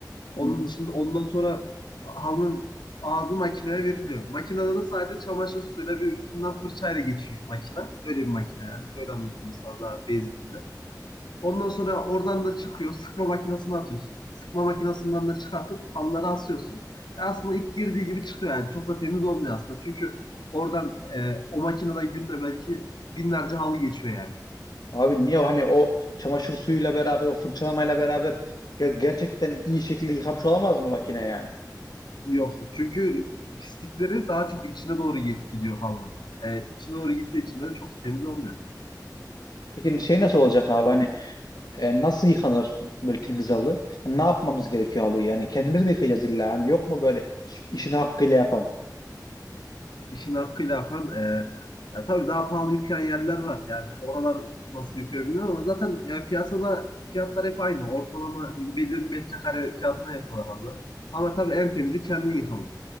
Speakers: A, on the left (about 85°); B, on the left (about 65°).
A: Onun
B: Hı hı.
A: dışında ondan sonra halının ağzı makineye veriliyor. Makinede de sadece çamaşır suyuyla bir üstünden fırçayla geçiyor makina. Öyle bir makine yani. Öyle anlatayım sana daha basic dille. Ondan sonra oradan da çıkıyor. Sıkma makinesine atıyorsun. Sıkma makinesinden de çıkartıp halları asıyorsun. E aslında ilk girdiği gibi çıkıyor yani. Çok da temiz olmuyor aslında. Çünkü oradan e, o makineden günde belki binlerce halı geçiyor yani.
B: Abi niye o hani o çamaşır suyuyla beraber o fırçalamayla beraber ger- gerçekten iyi şekilde yıkamış olamaz mı makine yani?
A: Yok. Çünkü pislikleri daha çok içine doğru git- gidiyor halının. E, içine doğru gittiği için de çok da temiz olmuyor.
B: Peki şey nasıl olacak abi hani E, nasıl yıkanır böyle temiz halı? Ne yapmamız gerekiyor halıyı? Yani kendimiz mi yıkayacağız illa? Yani yok mu böyle işini hakkıyla yapan?
A: İşini hakkıyla yapan e, ya tabii daha pahalı yıkayan yerler var. Yani oralar nasıl yıkıyor bilmiyorum ama zaten ya piyasada fiyatlar hep aynı. Ortalama belli bir metrekare fiyatına yapıyorlar halıları. Ama tabii en temizi kendin yıkaman.